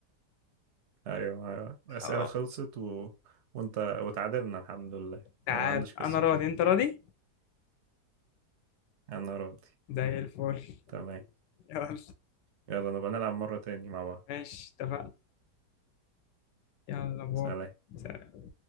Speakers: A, on the right; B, on the left.
A: ايوه ايوه الاسئله
B: خلاص
A: خلصت و... وانت وتعادلنا الحمد لله
B: تعال
A: يعني ما عندش كسب
B: انا راضي انت راضي
A: انا راضي
B: زي الفل
A: تمام
B: يلا
A: يلا نبقى نلعب مره تاني مع بعض
B: ماشي اتفقنا يلا باي
A: سلام
B: سلام.